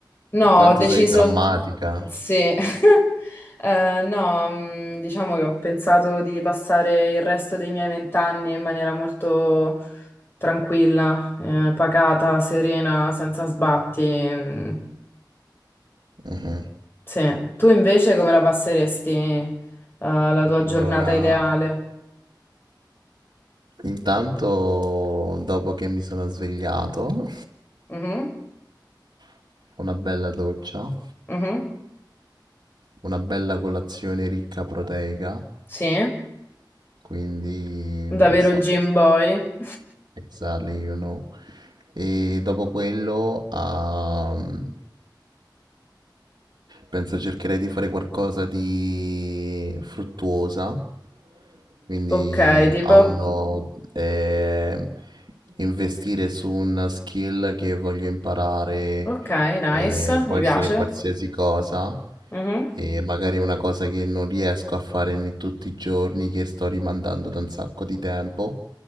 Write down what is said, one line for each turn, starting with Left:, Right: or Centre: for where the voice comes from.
Left: No,
Right: quanto
Left: ho deciso.
Right: sei drammatica.
Left: Sì, <laughs> Eh, no, mm, diciamo che ho pensato di passare il resto dei miei vent'anni in maniera molto tranquilla, eh, pacata, serena, senza sbatti. mm,
Right: Mhm.
Left: Sì, tu invece come la passeresti, eh, la tua
Right: Allora,
Left: giornata ideale?
Right: intanto dopo che mi sono svegliato,
Left: Mhm,
Right: <laughs> una bella doccia,
Left: mhm,
Right: una bella colazione ricca proteica,
Left: Sì,
Right: quindi
Left: davvero
Right: non lo so,
Left: gym boy?
Right: Exactly, you know. E dopo quello, ehm, penso cercherei di fare qualcosa di fruttuosa, quindi
Left: Ok, tipo,
Right: a uno ehm, investire su una skill che voglio imparare,
Left: ok, nice,
Right: eh, può
Left: mi piace.
Right: essere qualsiasi cosa,
Left: Mhm,
Right: e magari una cosa che non riesco a fare ne- tutti i giorni, che sto rimandando da un sacco di tempo.